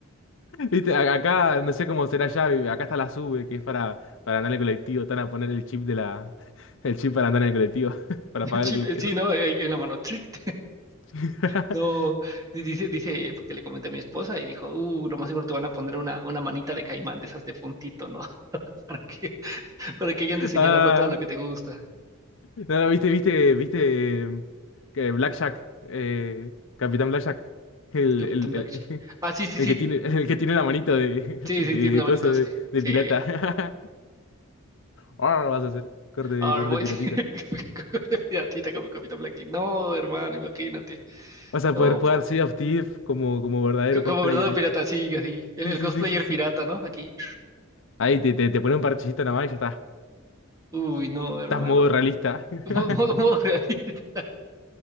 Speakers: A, on the left (about 60°); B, on the right (about 15°).
A: Viste, a- acá, no sé cómo será ya, vi- acá está la SUBE, que es para, para andar en el colectivo. Te van a poner el chip de la, <laughs> el chip para andar en el colectivo, <laughs> para
B: El
A: pagar
B: chip,
A: el colectivo.
B: eh, sí, ¿no? Ahí ahí En la mano. <laughs>
A: <laughs>
B: No, dice, dice, porque le comenté a mi esposa y dijo, uh, lo más seguro te van a poner una, una manita de caimán, de esas de puntito, ¿no? <laughs> Para que, para que ya andes señalando
A: Ah,
B: todo lo que te gusta.
A: no, no, viste, viste, viste eh, que Blackjack, eh, Capitán Blackjack, el,
B: Capitán
A: el,
B: Black.
A: el, <laughs> el
B: Ah, sí, sí,
A: el
B: sí.
A: que tiene, el que tiene la manito de,
B: Sí,
A: <laughs> de,
B: sí, tiene la manito,
A: coso de,
B: sí.
A: de
B: Sí.
A: pirata. <laughs> Ahora lo vas a hacer. Corte,
B: Ahora
A: corte
B: voy
A: pilotita.
B: <laughs> de piratita como Capitán Blackjack. No, hermano, imagínate.
A: Vas a
B: No,
A: poder jugar
B: pues.
A: Sea of Thieves como, como verdadero cosplayer,
B: Como verdadero
A: ¿viste?
B: pirata, sí, así. El,
A: Sí,
B: el
A: sí,
B: cosplayer
A: sí, sí, sí.
B: pirata, ¿no? Aquí.
A: Ahí te, te, te pone un parchecito nada más y ya está.
B: Uy, no, hermano.
A: Estás modo realista.
B: <laughs>
A: <laughs>
B: Modo, modo, modo gratis. <laughs>